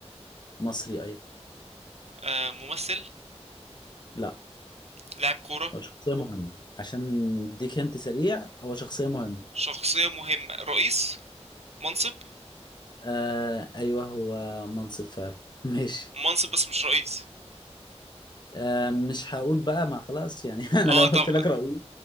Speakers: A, on the left; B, on the right.
A: مصري ايوه
B: آه ممثل
A: لا
B: لاعب كورة
A: هو شخصية مهمة عشان اديك انت سريع هو شخصية مهمة
B: شخصية مهمة رئيس منصب
A: آه ايوه هو منصب فعلا <laughs> ماشي
B: منصب بس مش رئيس
A: آه مش هقول بقى ما خلاص يعني <laughs> انا
B: اه
A: لو قلت
B: طب
A: لك رئيس